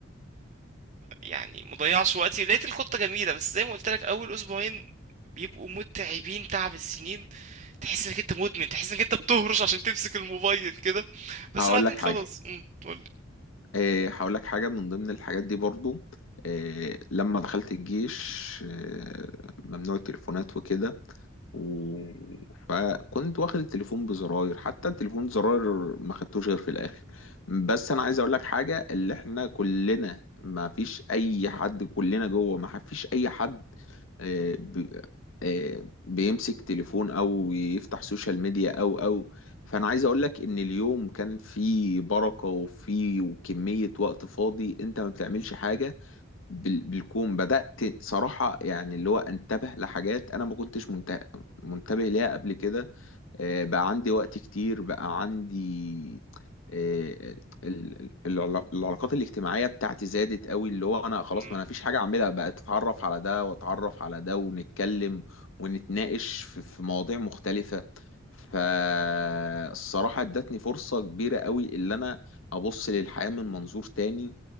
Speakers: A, on the right (about 35°); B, on the left (about 80°).
A: يعني مضيعش وقتي لقيت الخطة جميلة بس زي ما قلت لك اول اسبوعين بيبقوا متعبين تعب السنين تحس انك انت مدمن تحس انك انت بتهرش عشان تمسك الموبايل كده بس
B: هقول
A: بعدين
B: لك حاجة
A: خلاص امم قول
B: آه، هقول لك حاجة من ضمن الحاجات دي برضو آه، لما دخلت الجيش آه، ممنوع التليفونات وكده و... فكنت واخد التليفون بزراير حتى التليفون زراير ما خدتوش غير في الاخر بس انا عايز اقول لك حاجه اللي احنا كلنا ما فيش اي حد كلنا جوه ما فيش اي حد آه، ب... آه، بيمسك تليفون او يفتح سوشيال ميديا او او فانا عايز اقول لك ان اليوم كان فيه بركه وفيه وكميه وقت فاضي انت ما بتعملش حاجه بال- بالكون بدأت صراحة يعني اللي هو انتبه لحاجات أنا ما كنتش منت- منتبه ليها قبل كده آه، بقى عندي وقت كتير بقى عندي آه، ال- ال- العلا- العلاقات الاجتماعية بتاعتي زادت قوي اللي هو أنا خلاص
A: امم
B: ما أنا فيش حاجة أعملها بقى أتعرف على ده وأتعرف على ده ونتكلم ونتناقش في في مواضيع مختلفة فالصراحة ادتني فرصة كبيرة قوي اللي أنا أبص للحياة من منظور تاني